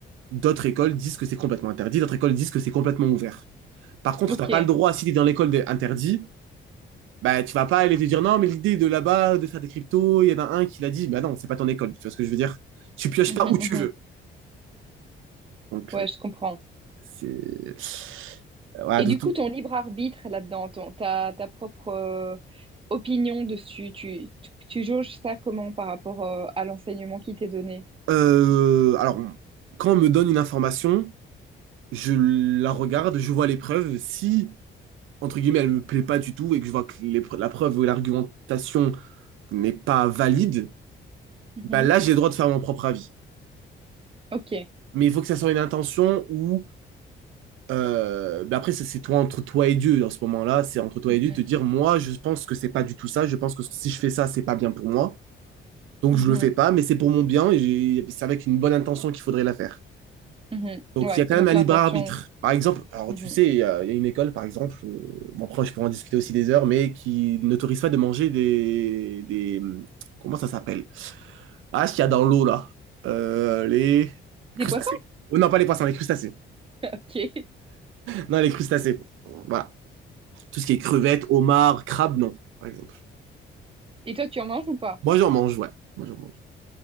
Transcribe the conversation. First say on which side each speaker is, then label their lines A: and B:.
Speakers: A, on the right; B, on the right.
A: D'autres écoles disent que c'est complètement interdit, d'autres écoles disent que c'est complètement ouvert. Par contre,
B: Ok.
A: tu n'as pas le droit, si tu es dans l'école interdite. bah, tu ne vas pas aller te dire non, mais l'idée de là-bas, de faire des cryptos, il y en a un qui l'a dit, bah non, c'est pas ton école, tu vois ce que je veux dire? Tu pioches
B: Mhm,
A: pas où tu
B: mhm.
A: veux. Donc,
B: Ouais,
A: euh,
B: je comprends.
A: c'est. euh, Voilà,
B: Et
A: de
B: du
A: tout.
B: coup, ton libre arbitre là-dedans, ton, ta, ta propre euh, opinion dessus, tu, tu, tu jauges ça comment par rapport euh, à l'enseignement qui t'est donné?
A: Euh, alors, quand on me donne une information, je la regarde, je vois les preuves. Si, entre guillemets, elle me plaît pas du tout et que je vois que les pre- la preuve ou l'argumentation n'est pas valide,
B: Mhm.
A: bah là, j'ai le droit de faire mon propre avis.
B: Ok.
A: Mais il faut que ça soit une intention où Euh, ben après, ça, c'est toi entre toi et Dieu dans ce moment-là. C'est entre toi
B: Mhm.
A: et Dieu te dire, moi, je pense que c'est pas du tout ça. Je pense que si je fais ça, c'est pas bien pour moi. Donc,
B: Mhm.
A: je le fais pas, mais c'est pour mon bien et j'ai- c'est avec une bonne intention qu'il faudrait la faire.
B: Mhm.
A: Donc,
B: Ouais,
A: il y a quand
B: donc
A: même un
B: l'intention.
A: libre arbitre. Par exemple, alors
B: Mhm.
A: tu sais, il y a, il y a une école, par exemple, euh, bon, après, je pourrais en discuter aussi des heures, mais qui n'autorise pas de manger des, des. Comment ça s'appelle? Ah, ce qu'il y a dans l'eau, là. Euh, les
B: Des
A: crustacés.
B: poissons? <laughs>
A: Oh, non, pas les poissons, les crustacés.
B: Ok.
A: Non, les crustacés. Voilà. Tout ce qui est crevettes, homards, crabes, non, par exemple.
B: Et toi, tu en manges ou pas?
A: Moi, j'en mange, ouais. Moi, j'en mange.